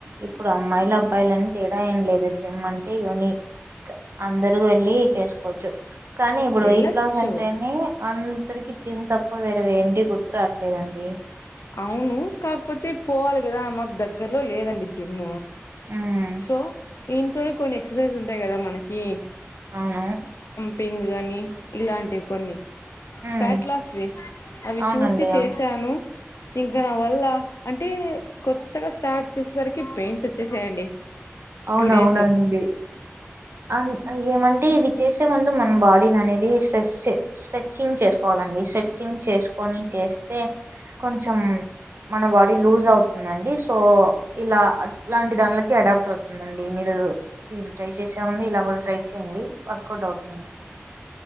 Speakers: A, on the right (about 60°); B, on the left (about 75°).
A: ఇప్పుడు అమ్మాయిల అబ్బాయిలు అని తేడా ఏం లేదు జిమ్ అంటే యూనిక్ అందరు వెళ్ళి చేసుకోవచ్చు కానీ ఇప్పుడు
B: వెళ్ళొచ్చు
A: వెయిట్ లాస్ అంటేనే అందరికి జిమ్ తప్ప వేరే వేంటి గుర్తు రాట్లేదండి
B: అవును కాకపోతే పోవాలి కదా మాకు దగ్గరలో లేదండి జిమ్
A: ఉమ్
B: సో ఇంట్లోనే కొన్ని ఎక్సర్సైజ్ ఉంటాయి కదా మనకి
A: అవునా
B: పింగ్ గని ఇలాంటివి కొన్ని
A: ఉమ్
B: ఫ్యాట్ లాస్వి అవి
A: అవునండి
B: చూసి చేసాను
A: అవు
B: ఇంకా నా వల్ల అంటే కొత్తగా స్టార్ట్ చేసేసరికి పెయిన్స్ వచ్చేసాయండి
A: అవునువును
B: టూ డేస్
A: అండి అం ఏమంటే ఇవి చేసే ముందు మన బాడీని అనేది స్ట్రె స్ట్రెచింగ్ చేసుకోవాల అండి స్ట్రెచింగ్ చేసుకొని చేస్తే కొంచం మన బాడీ లూజ్ అవుతుందండి సో ఇలా ఇలాంటి దానిలకి అడాప్ట్ అవుతుందండి మీరు <unintelligible> ఇది ట్రై చేసాం అండి ఇలా కూడా ట్రై చేయండి వర్కౌట్ అవుతుంది